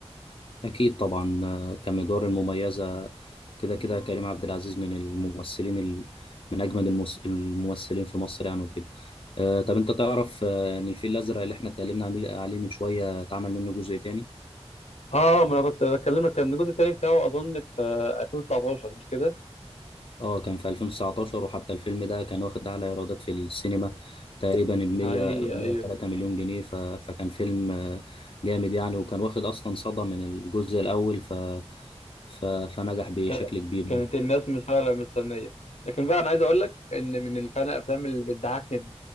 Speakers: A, on the left (about 55°); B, on the left (about 85°).
A: اكيد طبعا آه، كمدار المميزه كده كده كريم عبد العزيز من الممثلين ال... من اجمد المس... الممثلين في مصر يعني وكده آه طب انت تعرف آه، ان الفيل الازرق اللي احنا اتكلمنا عمي- عليه من شويه اتعمل منه جزء تاني
B: اه ما انا كنت بكلمك كان الجزء التاني بتاعه اظن في آه، 2019 مش كده؟
A: اه كان في 2019 وحتى الفيلم ده كان واخد اعلى ايرادات في السينما تقريبا ب 100
B: ايوه
A: 103
B: ايوه
A: مليون جنيه ف... فكان فيلم آه، جامد يعني وكان واخد اصلا صدى من الجزء الاول ف... ف... فنجح بشكل
B: كا-
A: كبير
B: كانت الناس مش فعلا مستنيه لكن بقى انا عايز اقول لك ان من اللي فعلا الافلام اللي بتضحكني